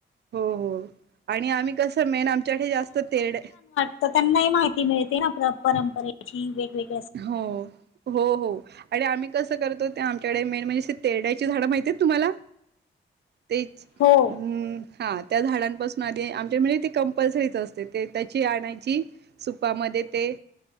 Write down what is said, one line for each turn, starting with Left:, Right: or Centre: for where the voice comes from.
Right: हो हो आणि आम्ही कसं मेन आमच्याकडे जास्त तेड
Left: तर त्यांना ह माहिती मिळते ना परंपरेची, वेगवेगळी
Right: हो हो हो आणि आम्ही कसं करतो ते आमच्याकडे मेन म्हणजे तेरड्याची झाडं माहिती आहेत तुम्हाला? तेच.
Left: हो.
Right: हम् हा त्या झाडांपासून आधी आमच्या म्हणजे ती कंपल्सरीच असते ते त्याची आणायची सुपामध्ये ते